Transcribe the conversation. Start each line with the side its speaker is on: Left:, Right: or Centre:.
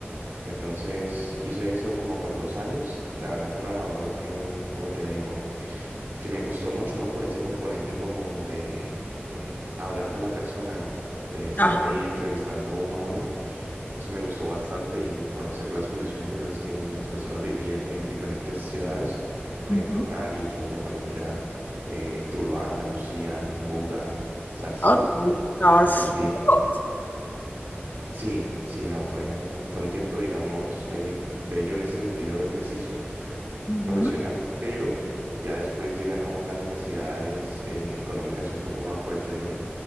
Right: Entonces hice eso como por dos años. La verdad fue una labor, eh, como te digo, que me gustó mucho, ¿no? Por ese componente como de eh, hablar con la persona, ¿no? De estar
Left: ajá.
Right: ahí entrevistando uno a uno eso me gustó bastante y conocer las condiciones en las que las personas vivían en diferentes ciudades, por
Left: Ujú,
Right: ejemplo, Cali, Jumbo, Palmira, eh, Tuluá, Andalucía, Buga, Zarzal,
Left: Ah, ok. Estabas
Right: Amondí.
Left: lejos.
Right: Sí, sí, no, fue, fue un tiempo, digamos, eh, bello en ese sentido del ejercicio
Left: ujú.
Right: profesional, pero ya después llegan ¿no? las necesidades eh, económicas un poco más fuertes, ¿no?